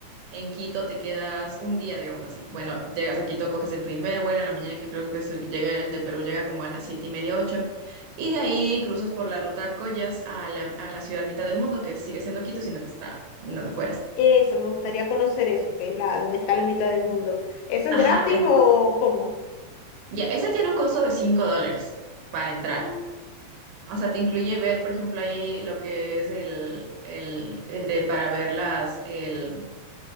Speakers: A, on the right; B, on the left.
A: en Quito te quedas un día, digamos así. Bueno, llegas a Quito, coges el primer vuelo en la mañana, que creo que es el que llega, el de Perú llega como a las siete y media, ocho, y de ahí cruzas por la ruta Collas a la, a la ciudad mitad del mundo, que sigue siendo Quito, sino que está en las afueras.
B: Eso, me gustaría conocer eso, que es la, donde está la mitad del mundo. ¿Eso es
A: Ajá,
B: gratis
A: en-
B: o cómo?
A: ya, esa tiene un costo de 5 dólares para entrar.
B: Ah,
A: O sea, te incluye ver, por ejemplo, ahí hay lo que es el, el, el de para ver las, el